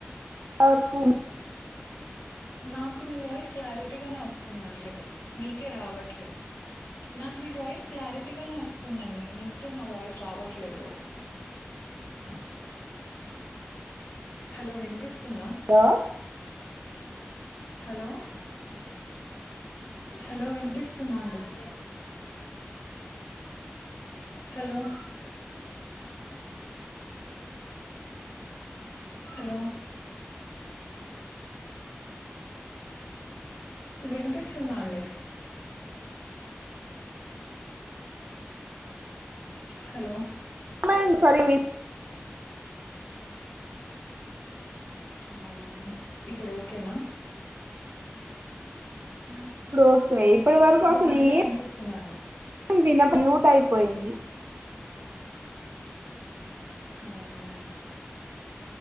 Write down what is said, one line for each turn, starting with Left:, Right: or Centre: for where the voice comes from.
Right: వరకు
Left: నాకు మీ వాయిస్ క్లారిటీగానే వస్తుందండి మీకే రావట్లేదు <inaudible> నాకు మీ వాయిస్ క్లారిటీగానే వస్తుందండి మీకే నా వాయిస్ రావట్లేదు <inaudible> హలో వినిపిస్తుందా
Right: హలో
Left: హలో హలో వినిపిస్తుంద అండి <inaudible> హలో హలో వినిపిస్తుంద అండి హలో
Right: మైండ్ పల్లవి
Left: అవునా ఇప్పుడు ఓకేనా
Right: ఇప్పుడు ఓకే ఇప్పడి వరకు
Left: ఇప్పుడు
Right: అసలు
Left: మంచిగా
Right: ఏమ్
Left: వినిపిస్తుందా అండి
Right: మ్యూట్ అయిపోయింది
Left: అవునా